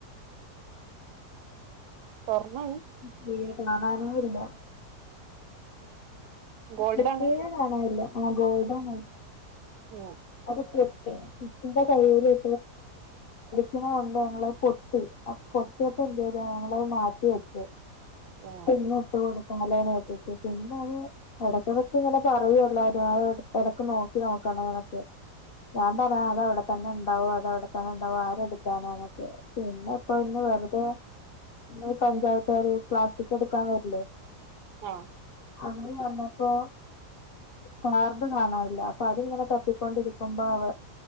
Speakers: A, on the right (about 80°); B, on the left (about 65°).
A: സ്വർണന്ന്
B: <unintelligible> കാണാനേയില്ല
A: ഗോൾഡാണ്
B: ആ പ്രത്യേക കാണല്ലോ ആ ഗോൾഡ് ആണല്ലോ
A: ഏഹ്
B: അത് പൊട്ടി കുട്ടിന്റെ കയ്യിൽ <unintelligible> കൊണ്ട് ഞങ്ങ പൊട്ടി പൊട്ടിയപ്പം എന്ത് ചെയ്തു ഞങ്ങളത് മാറ്റി വെച്ചു
A: ആഹ്
B: പിന്നിട്ടു കൊടുക്കാല്ലെന്നു വെച്ചിട്ട് പിന്നെ അത് ഇടയ്ക്കെടെക് ഇങ്ങനെ പറയൂല്ലാരും അത് ഇടക്ക് ഇടക്ക് നോക്കി നോക്കണേനൊക്കെ ഞാൻ പറയും അതവിടെത്തന്നെ ഉണ്ടാവും അതവിടെത്തന്നെ ഉണ്ടാവും ആരെടുക്കാനാന്നൊക്കെ പിന്നെ ഇപ്പ ഇന്ന് വെറുതെ ഇന്നീ പഞ്ചായത്ത്കാര് പ്ലാസ് റ്റിക്കെടുക്കാൻ വരില്ലേ?
A: ആഹ്
B: അവര് വന്നപ്പോ കാർഡ് കാണാനില്ല അപ്പൊ അതിങ്ങനെ തപ്പിക്കൊണ്ടിരിക്കുമ്പോ അവ